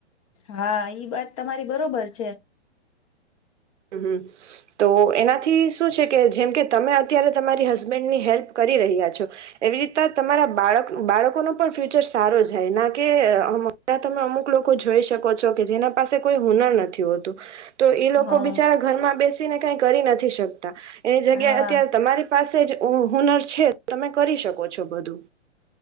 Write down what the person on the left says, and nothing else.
હા ઈ વાત તમારી બરોબર છે.
હા
હા